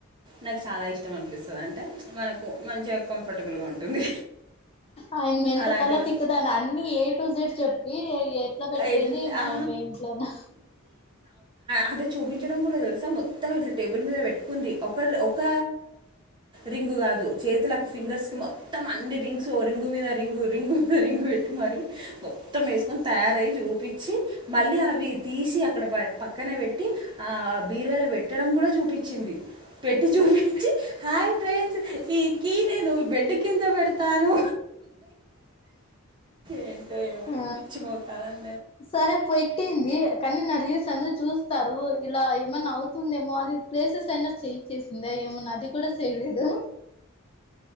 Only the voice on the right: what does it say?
నాకు చాలా ఇష్టం అనిపిస్తది అంటే మనకు మంచిగా కంఫర్టబుల్గా ఉంటుంది
అలాంటివి
ఎన్-
ఆ,
అటు చూపించడం కూడా తెలుసా మొత్తం ఇట్లా టేబుల్ మీద పెట్టుకుంది ఒకరు ఒక రింగు కాదు చేతులకు ఫింగర్స్ కి మొత్తం అన్నీ రింగ్సు ఓ రింగు మీద రింగు రింగు మీద రింగు పెట్ట్ మరి మొత్తం ఏసుకొన్ తయారయ్యి చూపిచ్చి మళ్ళీ అవి తీసి అడన పక్కన పెట్టి ఆ బీరువా లో పెట్టడం కూడా చూపిచ్చింది పెట్టి చూపించి హాయ్ ఫ్రెండ్స్ ఈ కీ నేను బెడ్డు కింద పెడతాను ఏంటో ఏమో
పిచ్చి మొకాలన్